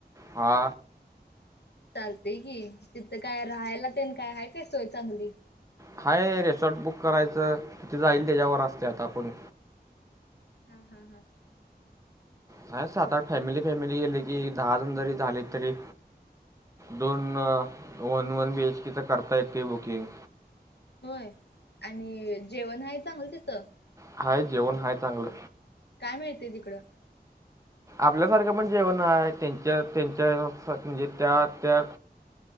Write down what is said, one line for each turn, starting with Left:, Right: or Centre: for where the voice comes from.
Right: हा
Left: चालतय की तिथं काय राहायला तेन काय हाय काय सोय चांगली.
Right: हाय रेसॉर्ट बुक करायचं तिथ जाईल त्याच्यावर असतय आता आपुन
Left: हा हा हा
Right: हाय सात आठ फॅमिली फॅमिली गेली की दहा जण जरी झालीत तरी दोन one one B H K च करता येतेय बुकिंग.
Left: होय आणि जेवण हाय चांगलं तिथं
Right: हाय जेवण हाय चांगलं.
Left: काय मिळतेय तिकडं?
Right: आपल्या सारखं पण जेवण हाय त्यांच्या त्यांच्या सारखं म्हणजे त्या त्या